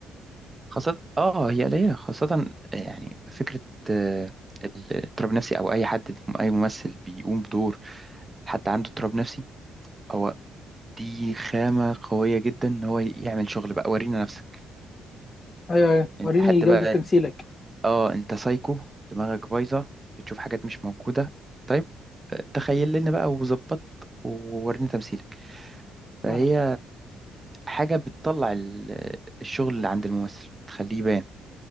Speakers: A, on the right; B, on the left.
A: خاصة اه هي قليلة خاصة يعني فكرة آه، الاضطراب النفسي او اي حد اي ممثل بيقوم بدور حد عنده اضطراب نفسي هو دي خامة قوية جدا ان هو يعمل شغل بقى ورينا نفسك
B: ايوه ايوه
A: انت
B: وريني
A: حد
B: جوده
A: بقى
B: تمثيلك
A: اه انت سايكو دماغك بايظة بتشوف حاجات مش موجودة طيب آه، تخيل لنا بقى وظبط وورينا تمثيلك فهي
B: فعلا
A: حاجة بتطلع ال- الشغل اللي عند الممثل تخليه يبان